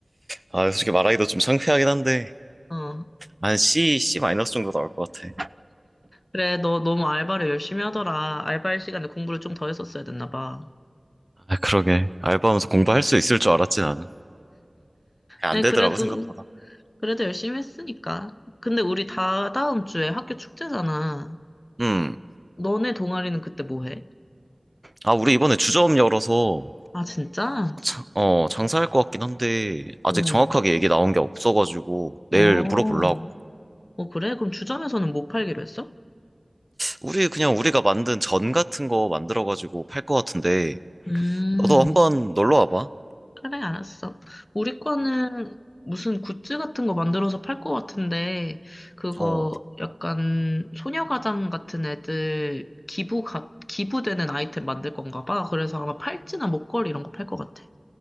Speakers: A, on the right (about 20°); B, on the left (about 40°).
A: 아, 솔직히 말하기도 좀 창피하긴 한데,
B: 어.
A: 한 C, C 마이너스 정도 나올 것 같아.
B: 그래, 너 너무 알바를 열심히 하더라. 알바할 시간에 공부를 좀 더 했었어야 됐나 봐.
A: 아, 그러게. 알바하면서 공부할 수 있을 줄 알았지, 나는. 그냥
B: 네,
A: 안 되더라고,
B: 그래도,
A: 생각보다.
B: 그래도 열심히 했으니까. 근데 우리 다 다음 주에 학교 축제잖아.
A: 음.
B: 너네 동아리는 그때 뭐 해?
A: 아, 우리 이번에 주점 열어서
B: 아, 진짜?
A: 자- 어, 장사할 것 같긴 한데, 아직
B: 응.
A: 정확하게 얘기 나온 게 없어가지고, 내일
B: 어,
A: 물어보려고.
B: 어, 그래? 그럼 주점에서는 못 팔기로 했어?
A: 우리, 그냥 우리가 만든 전 같은 거 만들어가지고 팔 것 같은데,
B: 음.
A: 너도 한번 놀러 와봐.
B: 그래, 알았어. 우리 거는 무슨 굿즈 같은 거 만들어서 팔 것 같은데, 그거
A: 어,
B: 약간 소녀가장 같은 애들 기부, 가, 기부되는 아이템 만들 건가 봐. 그래서 아마 팔찌나 목걸이 이런 거 팔 것 같아.